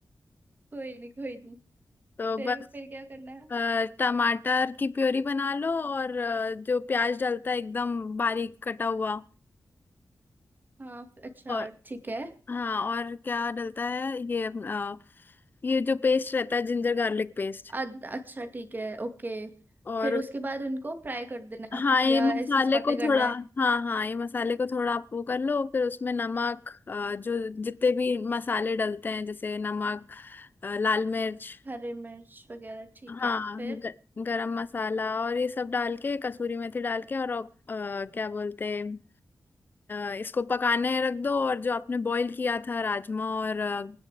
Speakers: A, on the right; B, on the left.
A: <laughs> कोई नहीं कोई नहीं
B: तो
A: फिर
B: बस
A: फिर क्या करना है
B: अ, टमाटर की प्योरी बना लो और अ, जो प्याज डलता है एकदम बारीक कटा हुआ
A: हाँ अच्छा
B: और
A: ठीक है
B: हाँ और क्या डलता है ये अ, ये जो पेस्ट रहता है जिंजर गार्लिक पेस्ट
A: अद- अच्छा ठीक है ओके
B: और
A: फिर उसके बाद उनको फ्राई कर देना है
B: हाँ ये
A: या
B: मसाले
A: ऐसी सॉटे
B: को
A: करना
B: थोड़ा
A: है
B: हाँ हाँ ये मसाले को थोड़ा आप वो कर लो फिर उसमें नमक अ, जो जितने भी मसाले डलते हैं जैसे नमक अ, लाल मिर्च
A: हरी मिर्च वगैरह ठीक
B: हाँ
A: है फिर
B: ग, गरम मसाला और ये सब डाल के कसूरी मेथी डाल के और आप, अ, क्या बोलते हैं अ, इसको पकाने रख दो और जो आपने बॉईल किया था राजमा और अ,